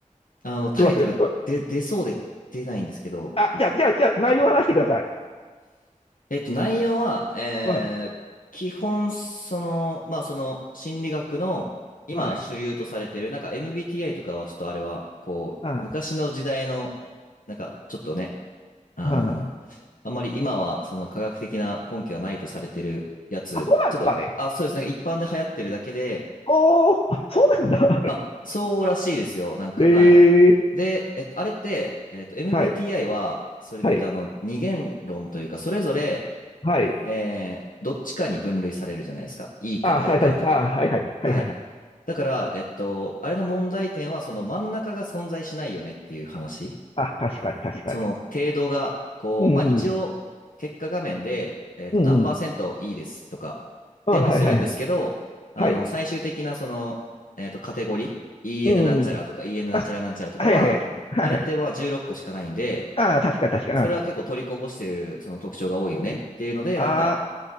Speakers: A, on the left; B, on the left.
A: あの、タイトルで、
B: どう忘れ。どう
A: 出そうで出ないんですけど、
B: あ、じゃあ、じゃあ、じゃあ、内容話してください。
A: えっと、内容は、えー基本、
B: はい。
A: その、まあ、その、心理学の、今、
B: はい。
A: 主流とされてる、なんか MBTI とかは、ちょっとあれは、こう、
B: あ、
A: 昔の時代の、なんか、ちょっとね、あの、
B: あ、
A: あんまり今は、その、科学的な根拠はないとされてるやつ、
B: あそうなんですかね。
A: ちょっと、あ、そうですね、一般で流行ってるだけで、
B: おー、あそうなんだ。
A: あ、そうらしいですよ、なんか、
B: <laughs> えー、
A: はい。で、えっと、あれって、えっと、MBTI
B: はい、
A: は、それで言うと、
B: はい、
A: あの、二元論というか、それぞれ、
B: はい。
A: えーどっちかに分類されるじゃないですか。E
B: あ、
A: か I
B: された、
A: かとか。
B: あ、はいはい、はいはいはい。
A: はい。だから、えっと、あれの問題点は、その真ん中が存在しないよねっていう話。
B: あ、確かに、確かに。
A: その程度が、こう、
B: うん、
A: まあ一応、
B: うん、
A: 結果画面で、えっと、
B: うん、
A: 何パーセント
B: うん。
A: E ですとか、
B: あ、
A: ではするんですけど、
B: はいはいはい。
A: あの、
B: はい。
A: 最終的なその、えっと、カテゴリー、EN
B: うんうん。
A: なんちゃらとか EN なんちゃらなんちゃらとかは、
B: あ、はいはい、はいはい。
A: あれってまあ16個しかないんで、
B: あ、確かに、確かに。
A: それは結構取りこぼしてるその特徴が多いよねっていうので、
B: うんあ
A: なんか、